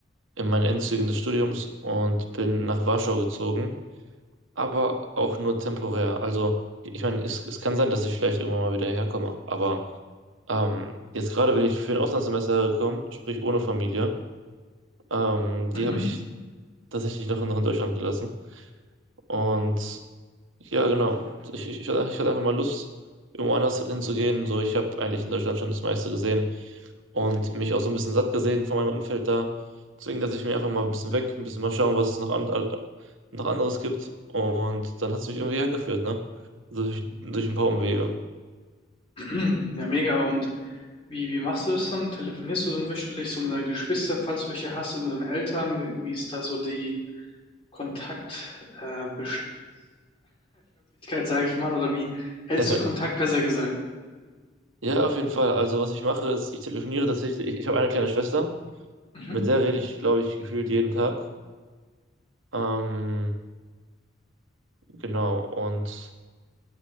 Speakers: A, on the right; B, on the left.
A: in meinen Endzügen des Studiums und bin nach Warschau gezogen, aber auch nur temporär. Also, ich meine, es, es kann sein, dass ich vielleicht irgendwann mal wieder herkomme, aber Ähm, jetzt gerade bin ich für ein Auslandssemester gekommen, sprich ohne Familie. Ähm, die
B: Mhm.
A: habe ich tatsächlich noch, noch in Deutschland gelassen. Und ja, genau. Ich, ich, ich hatte ich hatte einfach mal Lust, irgendwo anders hinzugehen. So, ich habe eigentlich in Deutschland schon das meiste gesehen und mich auch so ein bisschen satt gesehen von meinem Umfeld da. Deswegen dachte ich mir einfach mal ein bisschen weg, ein bisschen mal schauen, was es noch, an, an- noch anderes gibt. Und dann hat es mich irgendwie hergeführt, ne? Durch, durch ein paar Umwege.
B: <clears throat> Ja, mega. Und wie, wie machst du das dann? Telefonierst du dann wöchentlich so mit deinen Geschwistern, falls du welche hast, und mit deinen Eltern? Wie ist da so die Kontaktbestandsmöglichkeit, äh, sage <laughs> ich mal, oder wie hältst
A: <laughs>
B: du Kontakt, besser gesagt?
A: Ja, auf jeden Fall. Also, was ich mache, ist, ich telefoniere tatsächlich. Ich, habe eine kleine Schwester,
B: Mhm,
A: mit der rede ich, glaube ich, gefühlt jeden Tag. Ähm, genau. Und